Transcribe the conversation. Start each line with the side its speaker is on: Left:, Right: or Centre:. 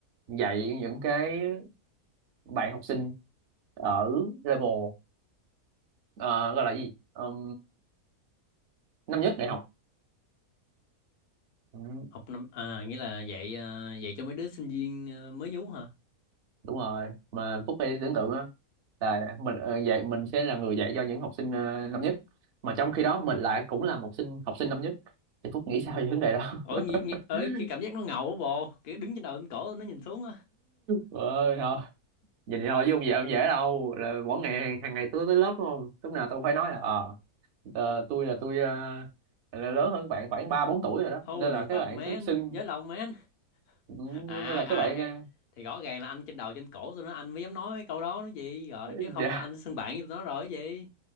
Right: dạy những cái bạn học sinh ở level ờ, gọi là gì? Ờm, năm nhất đại học. Ừ.
Left: Học năm à nghĩa là dạy à, dạy cho mấy đứa sinh viên à, mới nhú hả?
Right: đúng rồi mà Phúc phải tưởng tượng á là mình ờ, dạy mình sẽ là người dạy cho những học sinh ờ, năm nhất mà trong khi đó mình lại cũng là một sinh học sinh năm nhất thì Phúc nghĩ sao về vấn đề đó
Left: Ôi nghe, nghe ơi
Right: <laughs>
Left: cái cảm giác nó ngầu á bồ, kiểu đứng trên đầu trên cổ nó nhìn xuống á.
Right: ơi thôi vậy thì thôi chứ không dễ không dễ đâu là mỗi ngày hàng hàng ngày tôi tới lớp đúng không lúc nào tôi cũng phải nói là ờ ờ, tôi là tôi ờ, là lớn hơn bạn khoảng ba bốn tuổi rồi đó
Left: Holy
Right: nên là
Left: fuck
Right: các bạn
Left: man,
Right: cứ xưng
Left: giới lòng man. <laughs>
Right: Ừ,
Left: À
Right: nên là
Left: à
Right: các bạn
Left: ê,
Right: à,
Left: thì rõ ràng là anh trên đầu trên cổ tụi nó anh mới dám nói mấy câu đó nó gì rồi,
Right: <laughs>
Left: chứ không
Right: dạ
Left: là anh sẽ xưng bạn với tụi nó rồi cái gì.